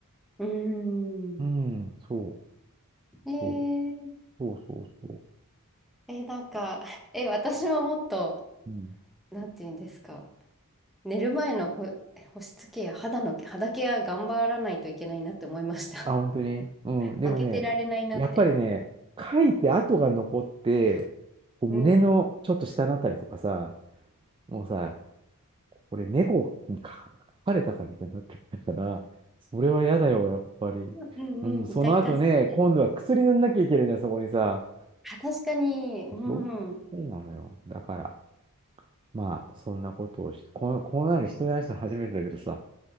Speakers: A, in the centre; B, on the right.
A: うん。
B: うん、そう、
A: え
B: そう、そうそうそ
A: え、なんか、え、私はもっと、
B: う。うん。
A: なんて言うんですか、寝る前のほ保湿ケア、肌の、肌ケア頑張らないといけないなって思いました。
B: あ、本当にうん。
A: <laughs>
B: でもね、
A: 負けてられないなって。
B: やっぱりね、書いて跡が残って、こう胸のちょっと下のあたりとかさ、
A: うん。うん。
B: もうさ、これ猫にか書かれたかみたいになってきたから、それは嫌だよ、やっぱり。
A: うんうん、
B: うん、その後ね、
A: 痛々しい。
B: 今度は薬塗んなきゃいけないじゃん、そこにさ。
A: あ確かに、うん。
B: でしょそうなのよ。だから、まあ、そんなことをして、こんこんなの人に話したの初めてだけどさ。